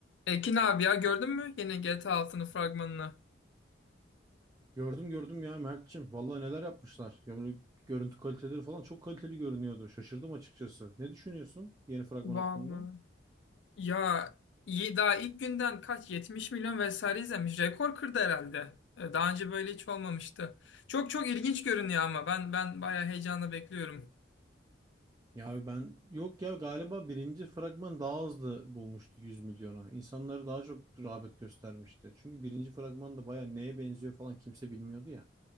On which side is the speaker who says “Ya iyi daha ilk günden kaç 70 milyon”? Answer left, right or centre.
Left